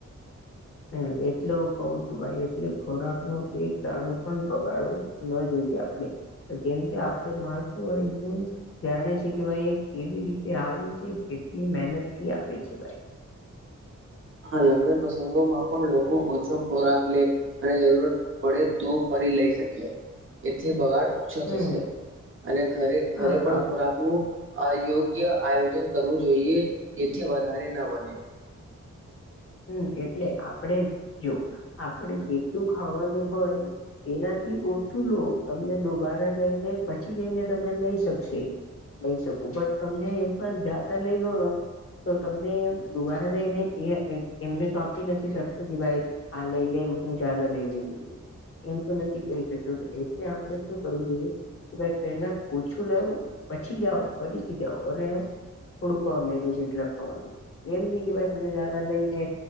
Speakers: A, on the left; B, on the right.
A: હ એટલે હું કઉ છું ભાઈ એટલે ખોરાક નો એક દાડો પણ બગાડવો ન જોઈએ આપણે. તો કેમ કે આપડે માથુ હોય નુ જાણે છે કે ભાઈ એ કેવી રીતે આવે છે કેટલી મહેનતથી આવે છે, ભાઈ
B: હા, લગન પ્રસંગો માં પણ લોકો ઓછો ખોરાક લે અને જરૂરત પડે તો ફરી લઈ શકીએ, એથી બગાડ છ થશે
A: હમ
B: અને ઘરે ઘરે
A: હા
B: પણ ખોરાક અયોગ્ય આયોજન કરવું જોઈએ જેથી વધારે ન બને.
A: હમ્મ એટલે આપડે જો આપણે જેટલું ખાવાનું હોય એનાથી ઓછું લો તમને દોબારા જઈને પછી જઈને તમને લઈ શકશે. લઈ શકું બટ તમને એક વાર જ્યાતા લઈ લો તો તમને દુબારા જઈ, ને એ એમ એમને તો આપી નથી શકતો કે ભાઈ આ લઈ લે હું જાદા લઈ લીધું છું. એમ તો નથી કરી શકતો એટલે આપણેે શું કરવું જોઈએ. કે ભાઈ પહેલા ઓછું લવ પછી જાઓ ફરીથી જાઓ અને થોડુંક લેલું જે એટલા ખવાનું એમ નય કે ભાઈ તમને જાદા લઈને